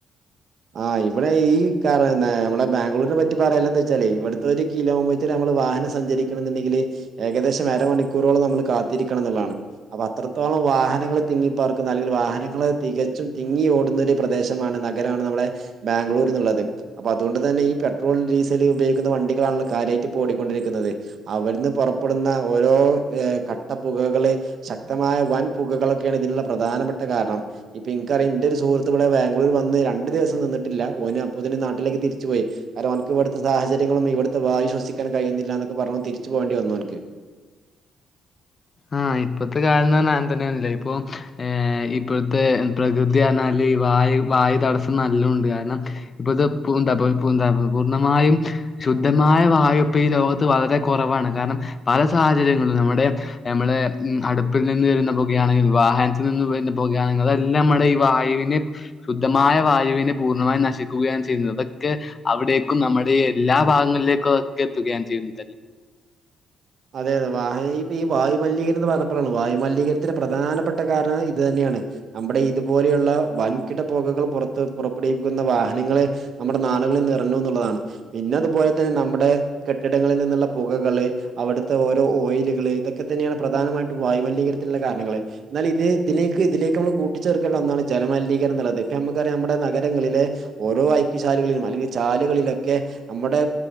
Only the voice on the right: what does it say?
ആഹ് ഇവിടെ ഈ നമ്മളെ ബാംഗ്ലൂരിനെ പറ്റി പറയലെന്താവെച്ചാലേ ഇവിടത്തെ ഒരു കിലോമീറ്റർ വാഹനം സഞ്ചരിക്കണംന്നുണ്ടെങ്കിൽ ഏകദേശം അരമണിക്കൂറോളം നമ്മൾ കാത്തിരിക്കണംന്നുള്ളാണ് അത്രത്തോളം വാഹനങ്ങൾ തിങ്ങിപ്പാർക്കുന്ന അല്ലെങ്കിൽ വാഹനങ്ങൾ തികച്ചും തിങ്ങി ഓടുന്ന ഒരു പ്രദേശമാണ് നഗര നമ്മടെ ബാംഗ്ലൂർ എന്നുള്ളത് അപ്പൊ അതുകൊണ്ട് തന്നെ ഈ പെട്രോൾ ഡീസൽ ഉപയോഗിക്കുന്ന വണ്ടികളാണല്ലോ കാര്യായിട്ട് ഓടിക്കൊണ്ടിരിക്കുന്നത് അവിടെന്ന് പുറപ്പെടുന്ന ഓരോ കട്ടപ്പുകകളെ ശക്തമായി ആയ വൻ പുകകളൊക്കെയാണ് ഇതിനുള്ള പ്രധാനപ്പെട്ട കാരണം ഇപ്പൊ ഇനിക്കറിയാം ഇന്റെ ഒരു സഹൃത്ത് ഇവിടെ ബാംഗ്ലൂർ വന്ന് രണ്ട് ദിവസം നിന്നിട്ടില്ല ഓന് അപ്പൊത്തിനും നാട്ടിലേക്ക് തിരിച്ചു പോയി കാരണം ഓൻക്ക് ഇവിടുത്തെ സാഹചര്യങ്ങളും ഇവിടുത്തെ വായു ശ്വസിക്കാനും കയ്യുന്നില്ലന്നൊക്കെ പറഞ്ഞ് തിരിച്ചു പോണ്ടി വന്നു ഓൻക്ക്
അതെ അതെ വാഹങ്ങൾ ഇപ്പൊ ഈ വായുമലീകരണം എന്ന് പറഞ്ഞപ്പോഴാണ് വായുമലീകരണത്തിന്റെ പ്രധാനപ്പെട്ട കാരണം ഇത് തന്നെയാണ് നമ്മുടെ ഇതുപോലെയുള്ള വൻകിട പുകകൾ പുറത്ത് പുറപ്പെടുവിക്കുന്ന വാഹനങ്ങള നമ്മുടെ നാടുകളിൽ നിറഞ്ഞുന്നുള്ളതാണ് പിന്നെ അതുപോലെ തന്നെ നമ്മടെ കെട്ടിടങ്ങളിൽ നിന്നുള്ള പുകകള് അവിടുത്തെ ഓരോ ഓയിലുകള് ഇതൊക്കെ തന്നെയാണ് പ്രധാനമായിട്ടും വായുമലിനീകരണത്തിനുള്ള കാരണങ്ങള് എന്നാൽ ഇത് ഇതിനെ ഇതിലേക്ക് നമ്മൾ കൂട്ടിച്ചേർക്കേണ്ട ഒന്നാണ് ജലമലിനീകരണംന്നുള്ളത് ഇപ്പ നമുക്കറിയാം നമ്മുടെ നഗരങ്ങളിലെ ഓരോ അയ്ക്ക്ചാൽ അല്ലെങ്കിൽ ചാലുകളിലൊക്കെ നമ്മുടെ